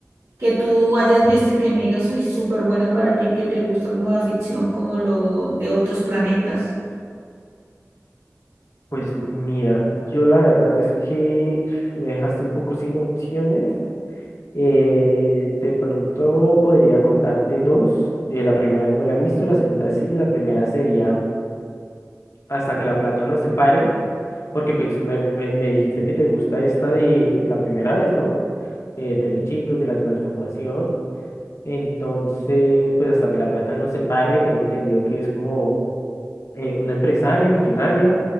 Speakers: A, on the right (about 70°); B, on the left (about 60°).
A: que tú hayas visto y que me digas, uy, súper buena para ti, que te gusta como la ficción, como lo de otros planetas.
B: Pues mira, yo la verdad es que me dejaste un poco sin opciones, Eh, de pronto podría contarte dos. Eh, la primera no me la he visto, la segunda sí. La primera sería Hasta que la plata nos separe, porque pues me, me- me dijiste que te gusta esta de la primera vez, ¿no? Eh, de los chicos, de la transformación. Entonces, pues hasta que la plata nos separe, tengo entendido que es como eh, una empresaria millonaria.